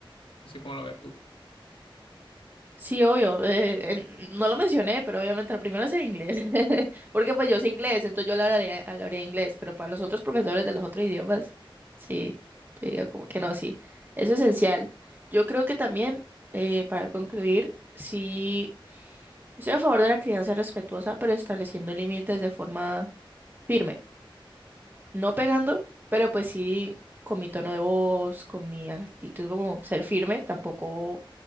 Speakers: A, on the left (about 75°); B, on the right (about 20°).
A: No sé cómo lo ves tú.
B: Sí, obvio. eh, en- no lo mencioné, pero obviamente lo primero es el inglés. <laughs> Porque pues yo sé inglés, entonces yo le hablaré, hablaré inglés, pero para los otros profesores de los otros idiomas, sí, yo digo como que no, sí. Eso es esencial. Yo creo que también, eh, para concluir, sí, estoy a favor de la crianza respetuosa, pero estableciendo límites de forma firme no pegando, pero pues sí con mi tono de voz, con mi actitud como ser firme, tampoco,